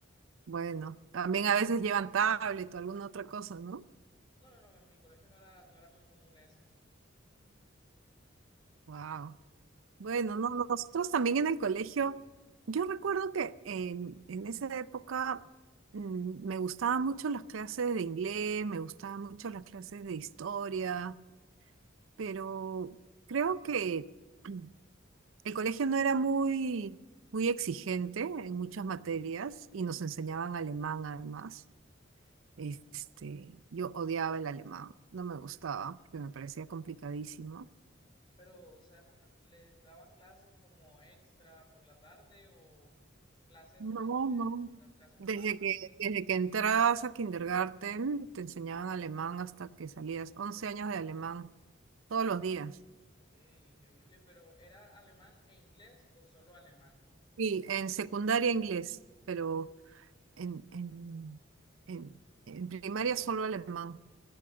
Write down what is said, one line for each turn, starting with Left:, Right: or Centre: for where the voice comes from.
Right: Bueno, también a veces llevan tablet o alguna otra cosa, ¿no?
Left: No, no, no, en mi colegio no era, no era muy común eso.
Right: Wow. Bueno, no, no, nosotros también en el colegio, yo recuerdo que en, en esa época mm, me gustaban mucho las clases de inglés, me gustaban mucho las clases de historia, pero creo que <clears throat> el colegio no era muy, muy exigente en muchas materias y nos enseñaban alemán además. Este, yo odiaba el alemán, no me gustaba porque me parecía complicadísimo
Left: Pero, o sea, ¿les daban clases como extra por la tarde o clases
Right: No,
Left: durante
Right: no.
Left: las clases
Right: Desde
Left: normales?
Right: que, desde que entrabas a kindergarten, te enseñaban alemán hasta que salías. 11 años de alemán, todos los días.
Left: Qué increíble, pero ¿era alemán e inglés o solo alemán?
Right: Y en secundaria inglés, pero en, en, en, en primaria solo alemán.